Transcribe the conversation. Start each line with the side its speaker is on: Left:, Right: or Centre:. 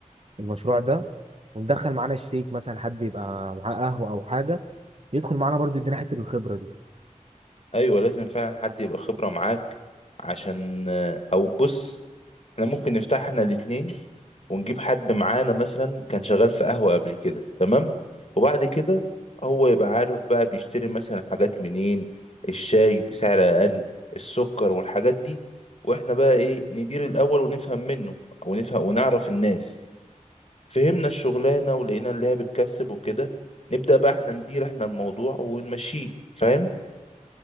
Right: المشروع ده وندخل معانا شريك مثلا حد يبقى معاه قهوه او حاجه يدخل معانا برضه يدينا حته الخبره دي
Left: ايوه لازم فعلا حد يبقى خبرة معاك عشان او بص احنا ممكن نفتح احنا الاتنين ونجيب حد معانا مثلا كان شغال في قهوة قبل كده تمام وبعد كده هو يبقى عارف بقى بيشتري مثلا حاجات منين الشاي بسعر اقل السكر والحاجات دي واحنا بقى ايه ندير الاول ونفهم منه او نفهم ونعرف الناس فهمنا الشغلانة ولقينا اللي هي بتكسب وكده نبدأ بقى احنا ندير احنا الموضوع ونمشيه فاهم